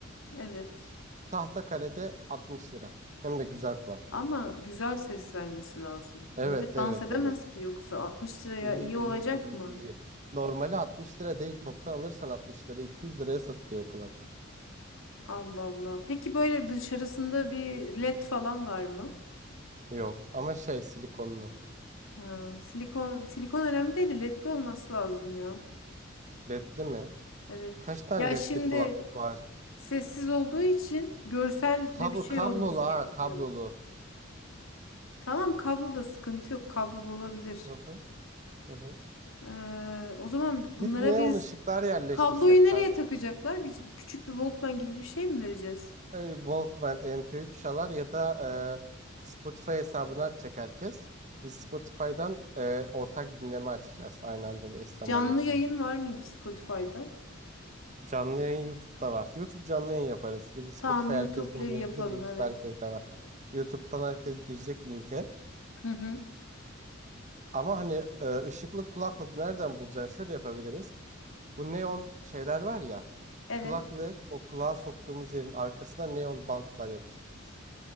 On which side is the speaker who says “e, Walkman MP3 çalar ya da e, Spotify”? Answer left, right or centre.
Right